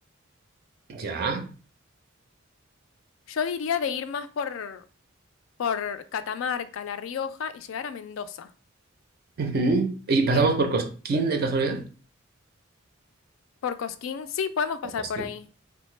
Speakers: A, on the right; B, on the left.
A: ya.
B: Yo diría de ir más por, por Catamarca, La Rioja y llegar a Mendoza.
A: Ujú. ¿Y pasamos
B: Que
A: por Cosquín de casualidad?
B: por Cosquín, sí, podemos pasar
A: Porque sí.
B: por ahí.